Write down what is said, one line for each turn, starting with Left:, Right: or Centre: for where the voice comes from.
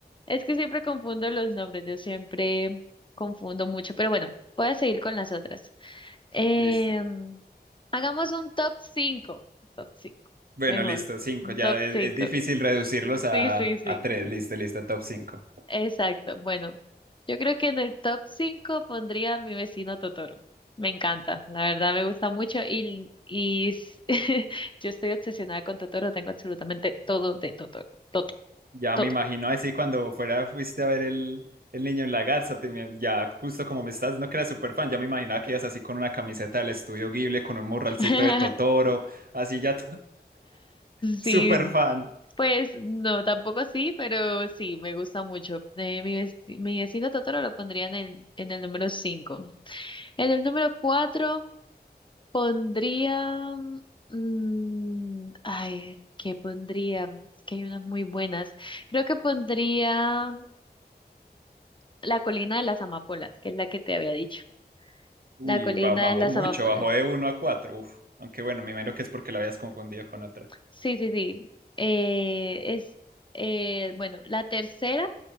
Left: Es que siempre confundo los nombres, yo siempre confundo mucho, pero bueno, voy a seguir con las otras. Em,
Right: Listo.
Left: hagamos un top 5. Top 5,
Right: Bueno,
Left: Mejor.
Right: listo, 5.
Left: Un
Right: Ya
Left: top
Right: es,
Left: 5.
Right: es difícil reducirlos a,
Left: Sí, sí, sí.
Right: a 3. Listo, listo, top 5.
Left: Exacto. Bueno, yo creo que en el top 5 pondría a mi vecino Totoro. Me encanta, la verdad me gusta mucho y, y s- <laughs> yo estoy obsesionada con Totoro, tengo absolutamente todo de Totoro. Todo,
Right: Ya
Left: todo.
Right: me imagino así cuando fuera fuiste a ver el, el niño en la garza, te- ya justo como me estás diciendo que eras súper fan, ya me imaginaba que ibas así con una camiseta del estudio Ghibli, con un morralcito
Left: <laughs>
Right: de Totoro, así ya súper
Left: Sí,
Right: <laughs> fan.
Left: Pues no, tampoco así, pero sí, me gusta mucho. Eh, mi, vec- mi vecino Totoro lo pondría en el, en el número cinco En el número 4 pondría... mm, ay, ¿qué pondría? Es que hay unas muy buenas. Creo que pondría La colina de las amapolas, que es la que te había dicho.
Right: Uy,
Left: La colina
Right: ba- bajó
Left: de las
Right: mucho,
Left: amapolas.
Right: bajó de uno a 4. uf. Aunque bueno, me imagino que es porque la habías confundido con otra.
Left: Sí, sí, sí. Eh, es, eh, bueno, la tercera,